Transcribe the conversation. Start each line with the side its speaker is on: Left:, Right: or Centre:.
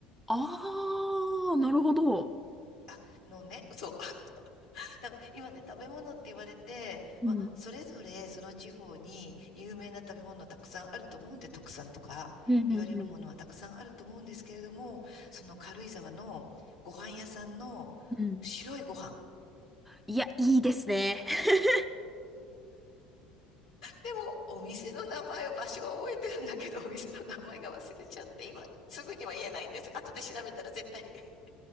Centre: ああ、なるほど。
Left: あ、のね、そう。<laughs> だから今ね、食べ物って言われて、
Centre: うん。
Left: まあ、それぞれその地方に有名な食べ物たくさんあると思うんで、特産とか言われるものはたくさんあると思うんですけれども、
Centre: うん、うん、うん。
Left: その軽井沢のご飯屋さんの
Centre: うん。うん
Left: 白いご飯。
Centre: いや、いいですね。<laughs>
Left: でも、お店の名前を、場所は覚えてるんだけど、お店の名前が忘れちゃって、今、すぐには言えないんです。後で調べたら絶対 <laughs>